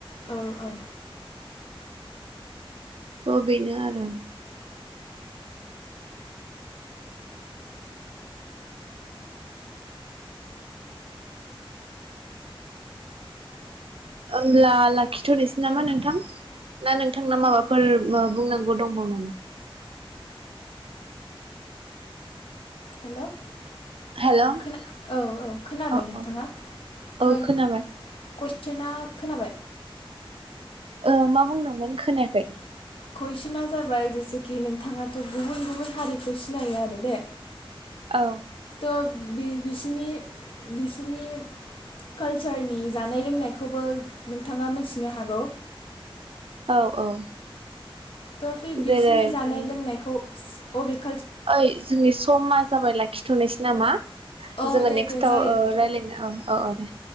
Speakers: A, on the left (about 65°); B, on the right (about 70°).
A: औ औ
B: थ' बेनो आरो होमब्ला लाखिथ'नोसै नामा नोंथां ना नोंथांना माबाफोर बुंनांगौ दंबावो नामा?
A: हेल' औ
B: हेल'
A: औ खोनाबाय
B: औ
A: नोंथाङा
B: औ
A: <unintelligible>
B: औ खोनाबाय
A: खोनाबाय
B: ओ मा बुंदोंमोन खोनायाखै।
A: कुइसना जाबाय जेसेखि नोंथाङाथ गुबुन गुबुन हारिखौ सिनायो आरो दे।
B: औ
A: बिनि बिसनि कालसारनि जानाय लोंनायखौबो नोंथाङा मिथिनो हागौ।
B: औ औ
A: थ फिर बिसिनि
B: जेरै
A: जानाय
B: उम
A: लोंनायखौ ू अ बि
B: ओइ जोंनि समा जाबाय लाखिथनि। सै नामा?
A: अ
B: जोङो
A: दे
B: नेक्स्टआव
A: दे जायो
B: रायज्लायनो औ औ औ दे।